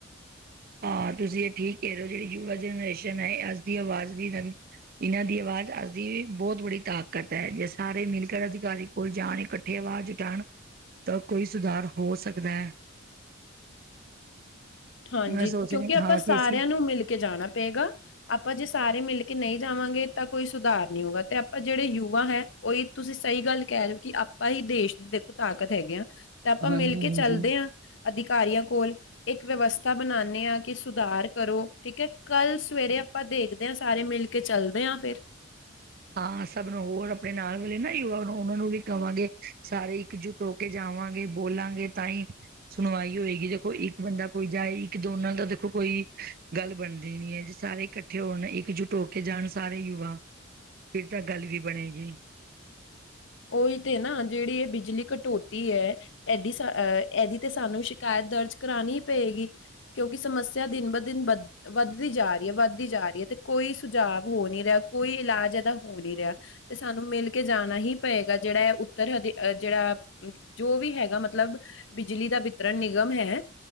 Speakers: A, on the right; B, on the left.
A: ਹਾਂ ਤੁਸੀਂ ਇਹ ਠੀਕ ਕਹਿ ਰਹੇ ਹੋ, ਜਿਹੜੀ ਯੁਵਾ ਜਨਰੇਸ਼ਨ ਹੈ ਅੱਜ ਦੀ ਆਵਾਜ਼ ਦੀ ਨਵੀਂ ਇਹਨਾਂ ਦੀ ਆਵਾਜ਼ ਅੱਜ ਦੀ ਬਹੁਤ ਬੜੀ ਤਾਕਤ ਹੈ, ਜੇ ਸਾਰੇ ਮਿਲਕ ਅਧਿਕਾਰੀ ਕੋਲ ਜਾਣ ਇਕੱਠੇ ਹੋ ਆਵਾਜ਼ ਜੁਟਾਉਣ ਦਾ ਕੋਈ ਸੁਧਾਰ ਹੋ ਸਕਦਾ ਹੈ।
B: <unintelligible> ਹਾਂਜੀ
A: ਮੈਂ ਸੋਚ
B: ਕਿਉਂਕਿ
A: ਰਹੀ
B: ਆਪਾਂ
A: ਹਾਂ
B: ਸਾਰਿਆਂ
A: ਕਿ ਅਸੀਂ
B: ਨੂੰ ਮਿਲ ਕੇ ਜਾਣਾ ਪਏਗਾ, ਆਪਾਂ ਜਿਸ ਸਾਰੇ ਮਿਲ ਕੇ ਨਹੀਂ ਜਾਵਾਂਗੇ ਤਾਂ ਕੋਈ ਸੁਧਾਰ ਨੀ ਹੋਊਗਾ, ਤੇ ਆਪਾਂ ਜਿਹੜੇ ਯੁਵਾ ਹੈ ਉਹੀ ਤੁਸੀਂ ਸਹੀ ਗੱਲ ਕਹਿ ਕਹਿ ਲਓ ਕਿ ਆਪਾਂ ਹੀ ਦੇਸ਼ ਦੀ ਦੇਖੋ ਤਾਕਤ ਹੈਗੇ ਆ। ਤੇ ਆਪਾਂ
A: ਹਾਂਜੀ
B: ਮਿਲ ਕੇ
A: ਹਾਂਜੀ
B: ਚੱਲਦੇ ਹਾਂ, ਅਧਿਕਾਰੀਆਂ ਕੋਲ ਇੱਕ ਵਿਵਸਥਾ ਬਣਾਣੇ ਹਾਂ ਕਿ ਸੁਧਾਰ ਕਰੋ ਠੀਕ ਹੈ, ਕੱਲ ਸਵੇਰੇ ਆਪਾਂ ਦੇਖਦੇ ਹਾਂ ਸਾਰੇ ਮਿਲ ਕੇ ਚੱਲਦੇ ਆ ਫਿਰ।
A: ਹਾਂ ਸਭ ਨੂੰ ਹੋਰ ਆਪਣੇ ਨਾਲ ਮਿਲੇ ਨਾ ਯੁਵਾ ਉਹਨਾਂ ਨੂੰ ਵੀ ਕਹਾਂਗੇ ਸਾਰੇ ਇੱਕਜੁੱਟ ਹੋ ਕੇ ਜਾ ਆਵਾਂਗੇ ਬੋਲਾਂਗੇ ਤਾਂ ਹੀ ਸੁਣਵਾਈ ਹੋਏਗੀ ਦੇਖੋ ਇੱਕ ਬੰਦਾ ਕੋਈ ਜਾਏ ਇੱਕ ਦੋਨਾਂ ਦਾ ਦੇਖੋ ਕੋਈ ਗੱਲ ਬਣਦੀ ਨੀ ਹੈ ਜੇ ਸਾਰੇ ਇਕੱਠੇ ਹੋਣ ਇੱਕਜੁੱਟ ਹੋ ਕੇ ਜਾਣ ਸਾਰੇ ਯੁਵਾ। ਫਿਰ ਤਾਂ ਗੱਲ ਵੀ ਬਣੇਗੀ।
B: ਉਹੀ ਤੇ ਨਾ ਜਿਹੜੀ ਇਹ ਬਿਜਲੀ ਕਟੌਤੀ ਹੈ, ਇਡੀਹ ਇਹਦੀ ਤੇ ਸਾਨੂੰ ਸ਼ਿਕਾਇਤ ਦਰਜ ਕਰਾਣੀ ਪਏਗੀ, ਕਿਉਂਕਿ ਸਮੱਸਿਆ ਦਿਨ ਬ ਦਿਨ ਵੱਧ ਵੱਧਦੀ ਜਾ ਰਹੀ ਹੈ ਵੱਧਦੀ ਜਾ ਰਹੀ ਹੈ। ਤੇ ਕੋਈ ਸੁਝਾਵ ਹੋ ਨੀ ਰਿਹਾ ਕੋਈ ਇਲਾਜ ਇਹਦਾ ਹੋ ਨੀ ਰਿਹਾ ਤੇ ਸਾਨੂੰ ਮਿਲ ਕੇ ਜਾਣਾ ਹੀ ਪਏਗਾ ਜਿਹੜਾ ਹੈ ਉੱਤਰ ਹ ਜਿਹੜਾ ਜੋ ਵੀ ਹੈਗਾ ਮਤਲਬ ਬਿਜਲੀ ਦਾ ਵਿਤਰਣ ਨਿਗਮ ਹੈ